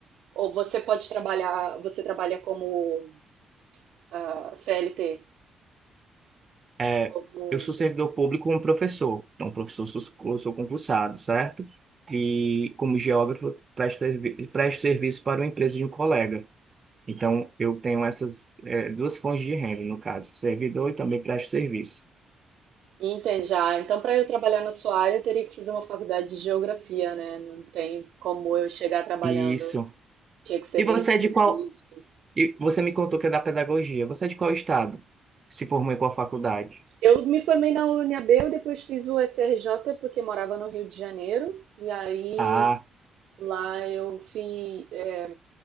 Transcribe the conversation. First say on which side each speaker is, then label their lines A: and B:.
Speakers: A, on the right; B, on the right.
A: ou você pode trabalhar, você trabalha como ah, CLT?
B: É,
A: Como
B: eu sou servidor público como professor, então professor sou, eu sou concursado, certo? E como geógrafo presto, servi- presto serviço para uma empresa de um colega. Então eu tenho essas é, duas fontes de renda, no caso, servidor e também presto serviço.
A: Entende já. Então, para eu trabalhar na sua área, eu teria que fazer uma faculdade de geografia, né? Não tem como eu chegar trabalhando.
B: Isso.
A: Tinha que ser
B: E
A: bem
B: você
A: específico.
B: é de qual? E você me contou que é da pedagogia. Você é de qual estado? Se formou em qual faculdade?
A: Eu me formei na UNB, eu depois fiz o FRJ porque morava no Rio de Janeiro. E aí
B: Ah,
A: lá eu fi- é,